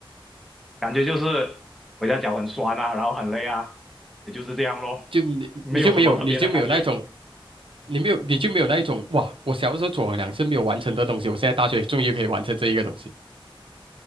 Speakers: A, in the centre; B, on the right (about 70°).
A: 感觉就是回家脚很酸啊，然后很累啊，也就是这样咯，
B: 就你，
A: 没有什么特别的感觉。
B: 你就没有，你就没有那种，你没有，你就没有那一种，哇！我小时候做了两次没有完成的东西，我现在大学终于可以完成这一个东西，